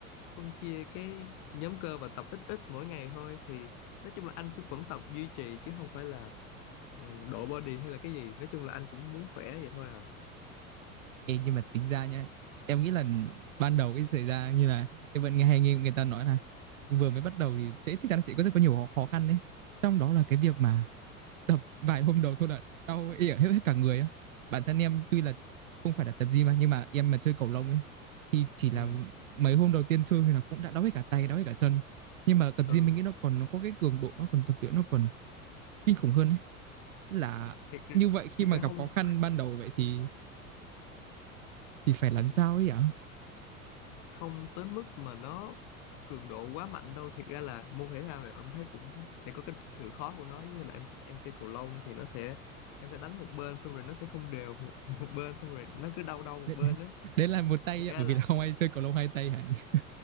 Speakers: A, on the left (about 50°); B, on the right (about 60°).
A: phân chia cái nhóm cơ và tập ít ít mỗi ngày thôi thì nói chung là anh cứ vẫn tập duy trì chứ không phải là ừ, độ body hay là cái gì nói chung là anh cũng muốn khỏe vậy thôi à
B: Ê, nhưng mà tính ra nhá em nghĩ là ban đầu cái xảy ra như là em vẫn nghe hay nghe người ta nói là vừa mới bắt đầu thì sẽ chắc chắn sẽ có rất có nhiều khó khó khăn đấy trong đó là cái việc mà tập vài hôm đầu thôi là đau ỉa hết, hết cả người á bản thân em tuy là không phải là tập gym mà nhưng mà em mà chơi cầu lông ấy thì chỉ
A: ừ
B: là mấy hôm đầu tiên chơi thì là cũng đã đau hết cả tay đau hết cả chân nhưng mà tập
A: ừ
B: gym mình nghĩ nó còn nó có cái cường độ nó còn tập luyện nó còn kinh khủng hơn ấy là
A: thiệt
B: như vậy khi
A: thiệt
B: mà
A: ra
B: gặp
A: không
B: khó khăn ban đầu vậy thì thì phải làm
A: ừ.
B: sao ấy ạ
A: không tới mức mà nó cường độ quá mạnh đâu thiệt ra là môn thể thao này em thấy cũng sẽ có cái sự khó của nó giống như là em em chơi cầu lông thì nó sẽ em sẽ đánh một bên xong rồi nó sẽ không đều một, <laughs> một bên xong rồi nó cứ đau đau một
B: đấy,
A: bên á
B: đấy là một tay
A: thiệt ra
B: ạ, bởi
A: là
B: vì là không ai chơi cầu lông hai tay hả anh